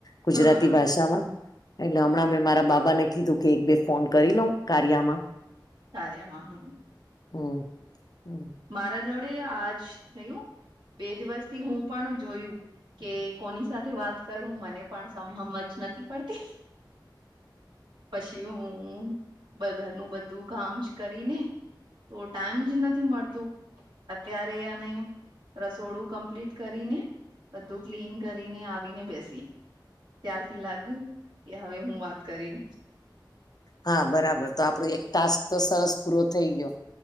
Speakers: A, on the left; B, on the right.
A: ગુજરાતી
B: હા
A: ભાષામાં એટલે
B: હા
A: હમણાં મેં મારા બાબા ને કીધું કે એક બે ફોન કરી લઉ કાર્યમાં
B: કાર્યમાં હ
A: હમ હમ
B: મારા જોડે આજ થયું બે દિવસથી હું પણ જોયું કે કોની સાથે વાત કરું મને પણ સમહમ જ નથી પડતી હ પછી હું ઘરનું બધું કામ કરીને તો ટાઈમ જ નથી મળતો અત્યારે અને રસોડું કમ્પ્લીટ કરીને બધું ક્લીન કરીને આવીને બેસી ત્યારથી લાગ્યું કે હવે હું વાત કરી
A: હા બરાબર તો આપણો એક ટાસ્ક તો સરસ પૂરો થઈ ગયો